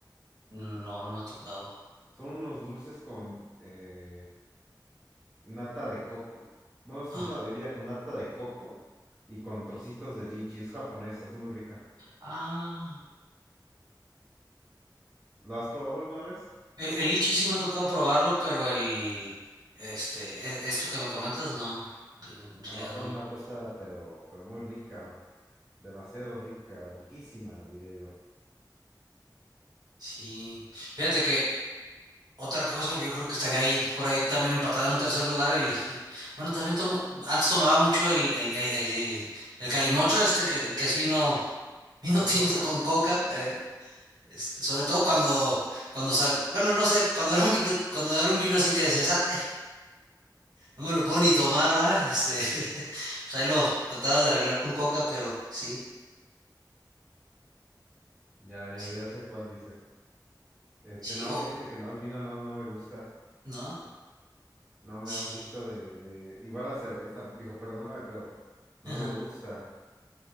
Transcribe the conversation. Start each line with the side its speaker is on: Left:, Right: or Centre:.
Right: No, no me ha tocado.
Centre: Son unos dulces con eh, nata de coco. Bueno, es
Right: Ajá.
Centre: una bebida con nata de coco y con trocitos de lichi. Es japonesa, es muy rica.
Right: Ah.
Centre: ¿Lo has probado alguna vez?
Right: El, el lichi sí me ha tocado probarlo, pero el, este, e- esto que me comentas, no, en realidad
Centre: Ah, son
Right: no.
Centre: una cosa, pero, pero muy rica. Demasiado rica, riquísima, diría yo.
Right: Sí. Fíjate que otra cosa que yo creo que estaría ahí, por ahí también empatada en un tercer lugar, el, <laughs> bueno, también tomo, antes tomaba mucho el, el, el, el, el calimocho este, que, que es vino, <laughs> vino
Centre: Con
Right: tinto
Centre: coca,
Right: con
Centre: ¿no?
Right: coca, eh, este, sobre todo cuando, cuando, sa- bueno, no sé, cuando era un vino, cuando era un vino así que decías, ay. No me lo puedo ni tomar, ¿va? Este, <laughs> pues ahí lo, lo tratabas de arreglar con coca, pero sí,
Centre: Ya, ya,
Right: sí,
Centre: ya sé cuál dices. Este,
Right: sí,
Centre: no,
Right: o-
Centre: fíjate
Right: o-
Centre: que no, el vino no, no me gusta.
Right: ¿no?
Centre: No, me
Right: Sí,
Centre: da un poquito de, de... Igual la cerveza, viejo, perdóname, pero no
Right: ajá.
Centre: me gusta.